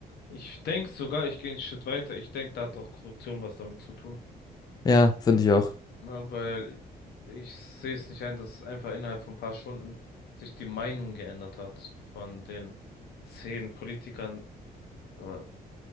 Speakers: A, on the left; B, on the left.
A: Ich denke sogar, ich gehe einen Schritt weiter. Ich denke, da hat auch Korruption was damit zu tun.
B: Ja, finde ich auch.
A: Na, weil ich sehe es nicht ein, dass einfach innerhalb von ein paar Stunden sich die Meinung geändert hat von den zehn Politikern. Aber